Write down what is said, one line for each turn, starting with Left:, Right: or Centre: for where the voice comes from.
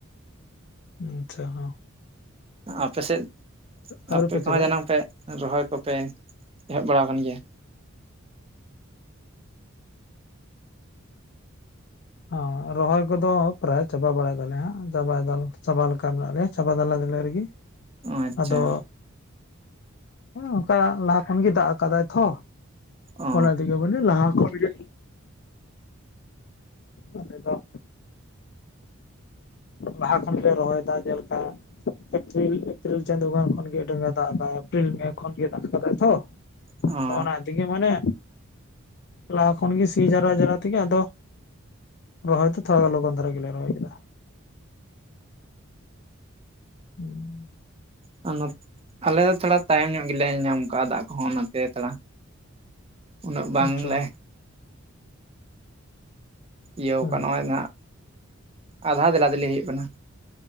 Left: ᱟᱪᱪᱷᱟ ᱦᱮᱸ
Right: ᱟᱯᱮ ᱥᱮᱫ
Left: ᱟᱹᱣᱨᱤ
Right: ᱟᱯᱮ
Left: ᱯᱮ ᱪᱟᱵᱟᱭᱟ
Right: ᱠᱚᱦᱚᱸ ᱡᱟᱱᱟᱢ ᱯᱮ ᱨᱚᱦᱚᱭ ᱠᱚᱯᱮ ᱮᱦᱚᱵ ᱵᱟᱲᱟᱣ ᱟᱠᱟᱱ ᱜᱮᱭᱟ?
Left: ᱦᱚᱸ ᱨᱚᱦᱚᱭ ᱠᱚᱫᱚ ᱯᱨᱟᱭ ᱪᱟᱵᱟ ᱵᱟᱲᱟᱭ ᱛᱟᱞᱮ ᱦᱟᱸᱜ ᱪᱟᱵᱟ ᱪᱟᱵᱟ ᱞᱮᱠᱟ ᱢᱮᱱᱟᱜ ᱞᱮᱭᱟ ᱪᱟᱵᱟ ᱫᱮᱞᱟ ᱫᱤᱞᱮ ᱨᱮᱜᱮ
Right: ᱟᱪᱪᱷᱟ
Left: ᱟᱫᱚ ᱚᱝᱠᱟ ᱞᱟᱦᱟ ᱠᱷᱚᱱ ᱜᱮ ᱫᱟᱜ ᱟᱠᱟᱫᱟᱭ ᱛᱷᱚ
Right: ᱚ
Left: ᱚᱱᱟ ᱛᱮᱜᱮ ᱵᱚᱞᱮ ᱞᱟᱦᱟ ᱠᱷᱚᱱ ᱜᱮ ᱟᱞᱮ ᱫᱚ ᱞᱟᱦᱟ ᱠᱷᱚᱱ ᱯᱮ ᱨᱚᱦᱚᱭᱮᱫᱟ ᱡᱮᱞᱮᱠᱟ ᱮᱯᱨᱤᱞ ᱮᱯᱨᱤᱞ ᱪᱟᱸᱫᱳ ᱜᱟᱱ ᱠᱷᱚᱱ ᱜᱮ <inaudible> ᱫᱟᱜ ᱟᱠᱟᱫ ᱮᱯᱨᱤᱞ ᱢᱮ ᱠᱷᱚᱱ ᱜᱮ ᱫᱟᱜ ᱟᱠᱟᱫᱟᱭ ᱛᱷᱚ
Right: ᱚ
Left: ᱚᱱᱟ ᱫᱤᱜᱮ ᱢᱟᱱᱮ ᱞᱟᱦᱟ ᱠᱷᱚᱱ ᱜᱮ ᱥᱤ ᱡᱟᱣᱨᱟ ᱡᱟᱣᱨᱟ ᱛᱮᱜᱮ ᱟᱫᱚ ᱨᱚᱦᱚᱭ ᱛᱷᱚ ᱛᱷᱚᱲᱟ ᱞᱚᱜᱚᱱ ᱫᱷᱟᱨᱟ ᱜᱮᱞᱮ ᱨᱚᱦᱚᱭ ᱠᱮᱫᱟ ᱦᱮᱸ
Right: ᱟ ᱱᱚᱛᱼᱼ ᱟᱞᱮ ᱫᱚ ᱛᱷᱚᱲᱟ ᱛᱟᱭᱚᱢ ᱧᱚᱜ ᱜᱮᱞᱮ ᱧᱟᱢ ᱠᱟᱜᱼᱟ ᱫᱟᱜ ᱠᱚᱦᱚᱸ ᱚᱱᱟᱛᱮ ᱛᱷᱚᱲᱟ ᱩᱱᱟᱹᱜ ᱵᱟᱝ
Left: ᱟᱪᱪᱷᱟ
Right: ᱞᱮ ᱤᱭᱟᱹ
Left: ᱦᱩᱸ
Right: ᱚᱠᱟ ᱱᱚᱜᱼᱚᱭ ᱱᱷᱟᱜ, ᱟᱫᱷᱟ ᱫᱮᱞᱟ ᱫᱮᱞᱤ ᱦᱩᱭᱩᱜ ᱠᱟᱱᱟ᱾